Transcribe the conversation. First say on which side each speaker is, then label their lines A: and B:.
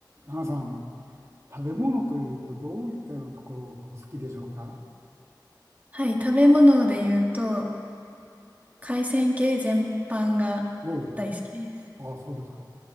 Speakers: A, on the right; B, on the right.
A: 花さん、食べ物というとどういったようなところがお好きでしょうか
B: はい、食べ物で言うと、海鮮系全般が大好きです。
A: おああ、そうですか。